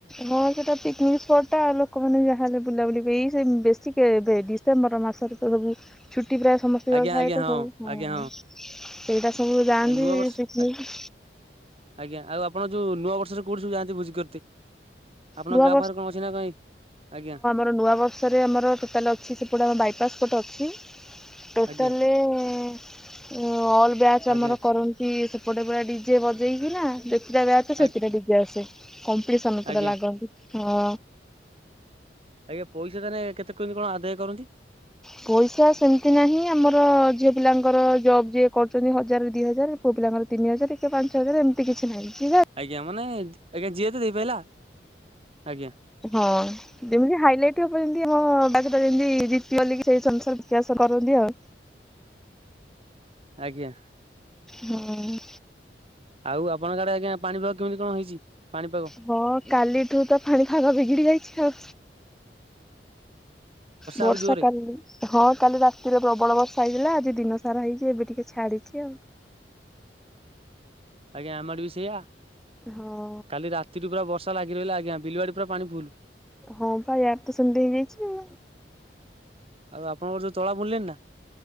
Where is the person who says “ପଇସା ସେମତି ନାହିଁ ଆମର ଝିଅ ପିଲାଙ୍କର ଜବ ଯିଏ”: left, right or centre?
Centre